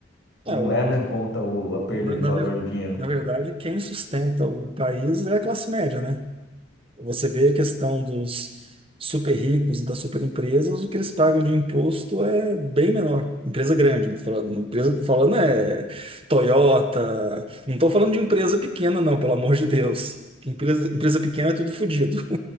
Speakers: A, on the left; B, on the right.
A: Não
B: É, o
A: leva em conta o- a perda
B: Na,
A: de
B: na
A: valor
B: ver-
A: do dinheiro.
B: na verdade, quem sustenta o país é a classe média, né? Você vê a questão dos super ricos e das super empresas, o que eles pagam de imposto é bem menor. Empresa grande, não tô falando, empresa tô falando é Toyota. Não estou falando de empresa pequena, não, pelo amor de Deus. Que Empresa, empresa pequena é tudo fodido.